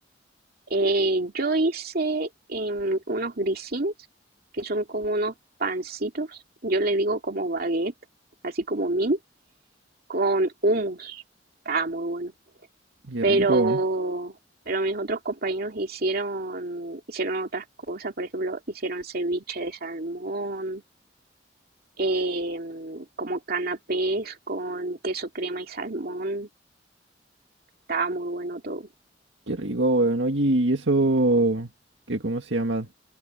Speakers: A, on the right; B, on the right.
A: eh, yo hice em, unos grisines que son como unos pancitos, yo le digo como baguette, así como mini, con hummus. Estaba muy bueno.
B: Qué
A: pero,
B: rico, weón.
A: pero mis otros compañeros hicieron, hicieron otras cosas, por ejemplo, hicieron ceviche de salmón, em, como canapés con queso crema y salmón, estaba muy bueno todo.
B: Qué rico, weón. Oye, ¿y eso? ¿Qué, cómo se llama?